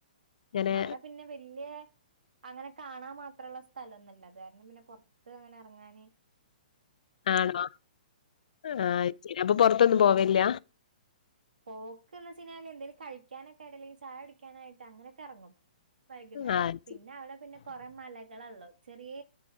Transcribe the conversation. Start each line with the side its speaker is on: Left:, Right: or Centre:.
Left: ഇങ്ങനെ
Right: അവിടെ പിന്നെ വല്യ അങ്ങനെ കാണാ മാത്രുള്ള സ്ഥലംൊന്നല്ല അതാരണം പിന്നെ പൊറത്ത് അങ്ങനെ ഇറങ്ങാന്
Left: ആണോ ആഹ ശരി അപ്പൊ പുൊറത്തൊന്നും പോവില്ല
Right: പോക്ക്ന്ന് വച്ച കിഞ്ഞാൽ എന്തേലും കഴിക്കാനൊക്ക ആയിട്ട് അല്ലെങ്ക ചായ കുടിക്കാനായിട്ട് അങ്ങനൊക്കെ ഇറങ്ങും വൈകുന്നേരം
Left: ആ
Right: പിന്നെ
Left: ശരി
Right: അവിടെ പിന്നെ കൊറെേ മലകളള്ളൂ ചെറിയ